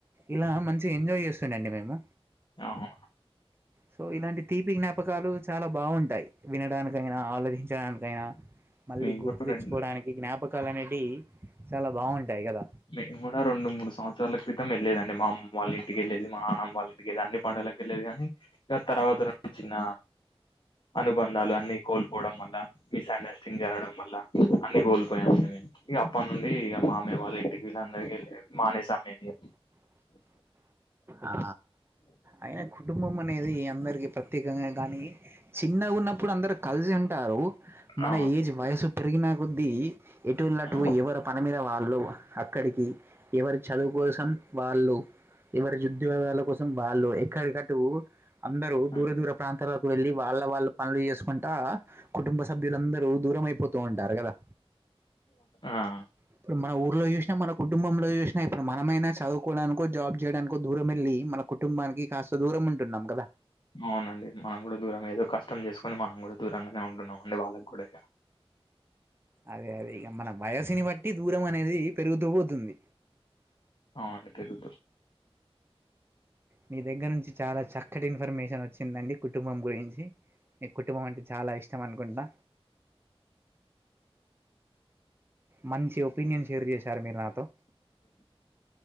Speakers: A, on the right; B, on the left.
A: ఇలా మంచిగా ఎంజాయ్ చేస్తుండండి మేము
B: అవును
A: సో ఇలాంటి తీపి జ్ఞాపకాలు చాలా బాగుంటాయి వినడానికైనా ఆలోచించడానికి కైనా మళ్ళీ
B: మేము
A: గుర్తు
B: కూడా
A: తెచ్చుకోవడానికి
B: రెండు
A: జ్ఞాపకాలు అనేటి చాలా బాగుంటాయి కదా
B: మేము కూడా రెండు మూడు సంవత్సరాల క్రితం వెళ్ళేదండి మా అమ్మమ్మ వాళ్ళ ఇంటికి వెళ్లేది మా అన్నమ్ వాళ్ళు ఇంటికి అన్ని పండుగకి వెళ్ళేది గాని ఆ తర్వాత చిన్న అనుబంధాలు అన్ని కోల్పోవడం వల్ల మిస్ అండర్స్టాండింగ్ జరగడం వల్ల అన్ని కోల్పోయామని మేము ఇక అప్పటి నుండి ఇక మామే వాళ్ళ అందరి ఇంటికి వెళ్ళడం మానేశాము మేము
A: ఆ అయిన కుటుంబం అనేది అందరికిీ ప్రత్యేకంగా కానీ చిన్నగా ఉన్నప్పుడు అందరు కలిసి ఉంటారు మన
B: అవునండి.
A: ఏజ్ వయసు పెరిగినా కొద్దీ ఎటోళ్ళు అటు
B: ఆ!
A: ఎవరు పనిమీద వాళ్ళు అక్కడికి ఎవరి చదువు కోసం వాళ్ళు ఎవరి ఉద్యగాల కోసం వాళ్ళు ఎక్కడికట్టు అందరు
B: ఆ!
A: దూర దూర ప్రాంతాల కు వెళ్ళి వాళ్ళ వాళ్ళ పనులు చేసుకుంటా కుటుంబ సభ్యులందరూ దూరం అయిపోతూ ఉంటారు కదా
B: ఉమ్
A: ఇప్పుడు మన ఊర్లో చూసినా మన కుటుంబంలో చూసినా ఇప్పుడు మనమైనా చదువుకోవడానికో జాబ్ చేయడానికి దూరం వెళ్ళి మన కుటుంబానికి కాస్త దూరం ఉంటున్నాం కదా
B: అవునండి మనం కూడా దూరం ఏదో కష్టం చేసుకుని మనం కూడా దూరంగానే ఉంటున్నాం అండి వాళ్ళకి కూడా ఇ
A: అదే అదే ఇక మన వయసుని బట్టి దూరం అనేది పెరుగుతూ పోతుంది
B: అవును పెరుగుతూ
A: మీ దగ్గర నుంచి చాలా చక్కటి ఇన్ఫర్మేషన్ వచ్చిందండి కుటుంబం గురించి నీకు కుటుంబం అంటే చాలా ఇష్టం అనుకుంటున మంచి ఒపీనియన్ షేర్ చేశారు మీరు నాతో